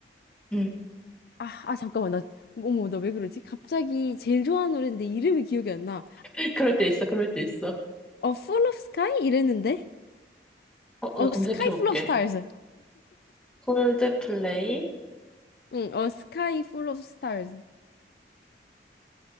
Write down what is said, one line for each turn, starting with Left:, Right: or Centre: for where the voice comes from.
Centre: 음.
Left: 아, 아, 잠깐만. 나, 어머, 나 왜 그러지? 갑자기 제일 좋아하는 노래인데 이름이 기억이 안 나.
Centre: <laughs> 그럴 때 있어, 그럴 때 있어.
Left: 어, Full of Sky? 이랬는데?
Centre: 어,
Left: 어,
Centre: 나 검색해볼게.
Left: Sky Full of Stars.
Centre: 콜드플레이,
Left: 응, 어, Sky Full of Stars.